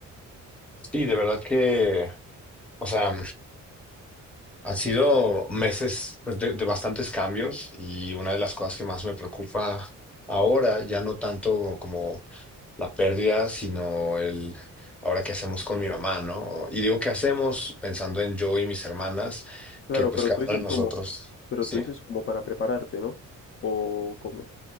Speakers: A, in the centre; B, on the left (about 40°).
A: sí, de verdad que, o sea, han sido meses pues, de, de bastantes cambios y una de las cosas que más me preocupa ahora, ya no tanto como la pérdida, sino el ahora qué hacemos con mi mamá, ¿no? Y digo qué hacemos pensando en yo y mis hermanas,
B: Claro,
A: que pues
B: pero
A: cada
B: tú dices
A: uno de nosotros,
B: como, pero
A: sí.
B: tú dices como para prepararte, ¿no? O como.